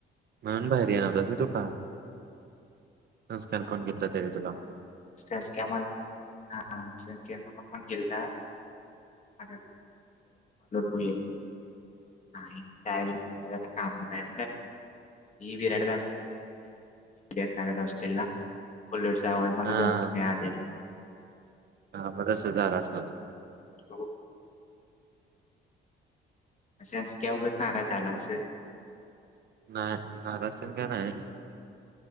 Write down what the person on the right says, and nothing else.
म्हणून बाहेर येन होत मी दुकान नमस्कार कोण घेतला चाल तुला
हा हा बदस हजार अस
नाही नारा असेल का नाही